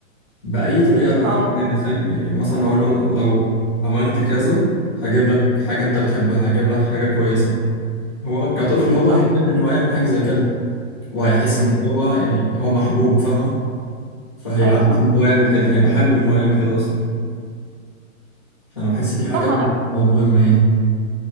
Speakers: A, on the left (about 20°); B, on the right (about 80°).
A: باي طريقه بقى
B: اه
A: إن كان فاهم إيه، مثلا اقول له لو عملت كذا هجيب لك حاجه انت بتحبها هجيب لك حاجه كويسه هو كطفل هو
B: صح
A: هيحب ان هو يعمل حاجه زي كده وهيحس
B: امم
A: ان هو يعني هو محبوب فاهمه فهيبقى
B: ايوه
A: عايز
B: صح
A: ان هو يعمل كده هيبقى حابب ان هو يعمل كده اصلا فانا بحس دي حاجه
B: صح
A: بصراحة
B: انا
A: مهمه يعني